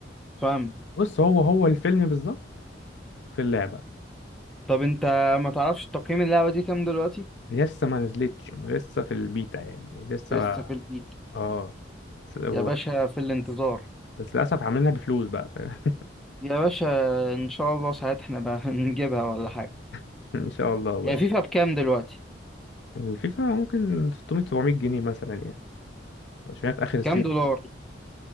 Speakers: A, in the centre; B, on the left.
A: فاهم
B: بص هو هو الفيلم بالظبط في اللعبة
A: طب انت ما تعرفش تقييم اللعبة دي كام دلوقتي
B: لسه ما نزلتش هم لسه في البيتا يعني لسه
A: لسه
B: ما-
A: في البيت
B: اه بس هو-
A: يا باشا في الانتظار
B: بس للأسف عاملينها بفلوس بقى فاهم
A: يا باشا ان شاء الله ساعتها احنا بقى <laughs> نجيبها ولا حاجة
B: <laughs> إن شاء الله بس
A: هي فيفا بكام دلوقتي
B: الفيفا ممكن 600 700 جنيه مثلا يعني عشان هي في آخر السيزون
A: كام دولار